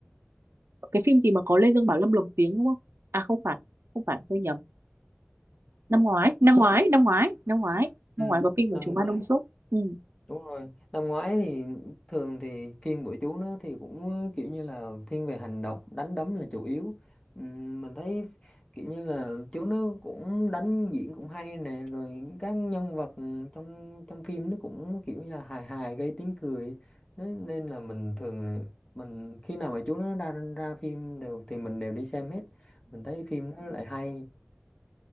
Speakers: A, on the right; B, on the left.
A: cái phim gì mà có Lê Dương Bảo Lâm lồng tiếng đúng không? À không phải, không phải tôi nhầm. Năm ngoái, năm ngoái, năm ngoái, năm ngoái, năm
B: Ừ,
A: ngoái có phim của
B: năm
A: chú Ma
B: ngoái
A: Đông Súc. Ừ.
B: đúng rồi năm ngoái thì thường thì phim của chú nó thì cũng ờ, kiểu như là thiên về hành động đánh đấm là chủ yếu Ừm, mình thấy kiểu như là chú nó cũng đánh diễn cũng hay nè rồi các nhân vật trong trong phim nó cũng kiểu như là hài hài gây tiếng cười Thế nên là mình thường là mình khi nào mà chú nó ra ra phim đều thì mình đều đi xem hết mình thấy phim nó lại hay